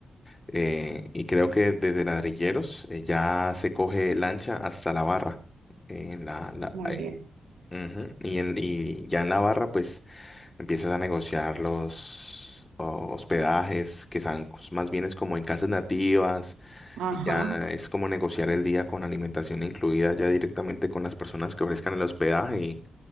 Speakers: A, on the left (about 25°); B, on the right (about 85°).
A: Eh, y creo que desde Ladrilleros eh, ya se coge lancha hasta la barra. Eh, la, la-
B: Muy
A: eh,
B: bien.
A: ujú, y, en- y ya en la barra, pues... Empiezas a negociar los oh, hospedajes, que son cos- más bien es como en casas nativas,
B: Ajá.
A: y ya es como negociar el día con alimentación incluida ya directamente con las personas que ofrezcan el hospedaje y